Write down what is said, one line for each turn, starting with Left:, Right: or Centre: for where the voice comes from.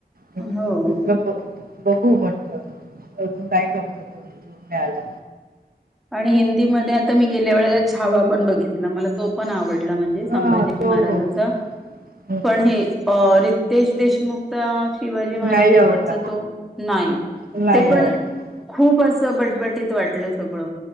Right: हम्
Centre: हो.
Right: त बघू म्हटलं अजून काय जमलं ते न्याला
Centre: आणि हिंदीमध्ये आता मी गेल्या वेळेला छावा पण बघितला मला तो पण आवडला म्हणजे संभाजी
Right: हां, तो
Centre: महाराजांचा
Right: हं, हं.
Centre: पण हे रितेश देशमुख शिवाजी महाराजांवरचा
Right: नाही आवडला.
Centre: तो नाही
Right: नाही
Centre: ते पण
Right: आवडला.
Centre: खूप अस असं बटबटीत वाटलं सगळं